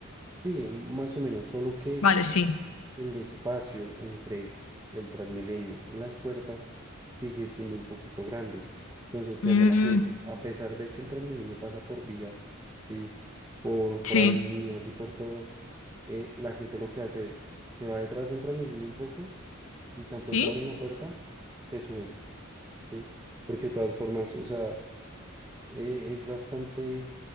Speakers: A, on the right; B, on the left.
A: Sí, más o menos, solo que
B: Vale, sí.
A: el espacio entre el Transmilenio y las puertas sigue siendo un poquito grande. Entonces, ¿qué
B: Mm,
A: hace la gente? A pesar de que el Transmilenio pasa por vías, ¿sí? Por, por
B: sí.
A: avenidas y por todo, eh, la gente lo que hace es, se va detrás de un Transmilenio un poco y tan
B: ¿Sí?
A: pronto abren la puerta, se suben, ¿sí? Porque de todas formas, o sea, eh, es bastante,